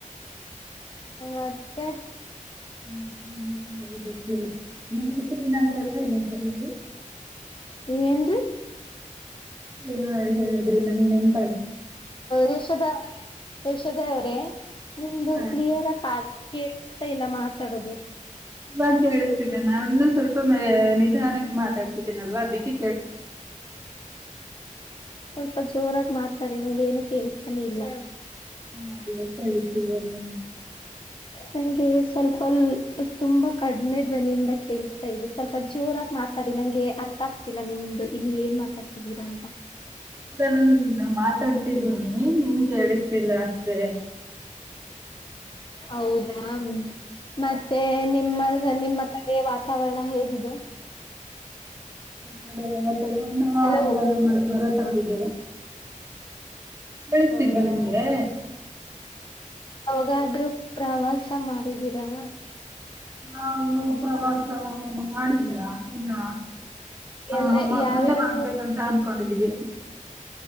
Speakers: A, on the left; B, on the right.
A: ಹ ಮತ್ತೆ
B: ಹ್ಮ್ ಹ್ಮ ಹಳ್ಬೇಕ ನಿಮ್ಮ ಹೆಸರು ನ ಅಂದ್ರಲ್ವಾ ಇನ್ನೊಂದಸರಿಲ್ಲಿ
A: ಏನು
B: ನ ಹೇಳಿದ್ರಿ ನನಪನ್
A: ಯಶೋಧ ಯಶೋಧ ಅವ್ರೇ ನಿಮ್ದು
B: ಹಾ
A: ಕ್ಲಿಯರ್ ಆಗ ಕೇೇಳತಾ ಇಲ್ಲ ಮಾತಾಡದು
B: ಇಲ್ವ ಕೇಳಿಸ್ತಿದ್ದೇನೆ ನಾನ ಸ್ವಲ್ಪ ನಿಧಾನಕ್ಕೆ ಮಾತಾಡ್ತಿದ್ದೇನಲ್ವಾ ಅದಿಕ್ಕೆ
A: ಕಲ್ಪ ಜೋರ ಮಾತಾಡಿ ನಂಗೆ ಏನು ಕೇಳಸ್ತಾನೆ ಇಲ್ಲ
B: ಹಾ ಇವತ್ತ ಇತ ಎಲ್ಲ
A: ನಂಗೆ ಸ್ವಲ್ಪ ತುಂಬಾ ಕಡಿಮೆ ಧ್ವನಿಯಿಂದ ಕೇಳಿಸ್ತಾ ಇದೆ ಸ್ವಲ್ಪ ಜೋರಾಗಿ ಮಾತ್ರ ನಂಗೆ ಅರ್ಥ ಆಗ್ತಿಲ್ಲ ನಿಮ್ದು ಇನ್ನು ಏನ್ ಮಾತಾಡ್ತಿದ್ದೀರಾ ಅಂತ
B: ನಾನು ಮಾತಾಡ್ತಿದ್ದೀನಿ ನಿಮ್ಗೆ ಕೇಳಿಸ್ತಿಲ್ಲ ಮಷ್ಟೆ
A: ಹೌದಾ ಮತ್ತೆ ನಿಮ್ಮ ನಿಮ್ಮ ಕಡೆೆಯ ವಾತಾವರಣ ಹೇಗಿದೆ
B: ಕಡೆ ತಣ
A: ಹಲೋ
B: ಇವಾಗ ನಳೆ ಬರೋ ತರ ಇದೆ ಬೆಳಸ್ತಲ್ವಾ
A: ಹೌದಾ
B: ನಿಂಗೆ
A: ಅವಾಗಾದ್ರೂ ಪ್ರವಾಸ ಮಾಡಿದೀರಾ
B: ನಾವು ಪ್ರವಾಸ ಮಾಡಿದೀರಾ ಇನ್ನ
A: ಎಲ್ಲ
B: ಹ
A: ಯಾವ್ಯಾವ
B: ಮುಂದೆ ಮಾಡ್ಬೇಕಂತ ಅನ್ಕೊಂಡಿದ್ದೀವಿ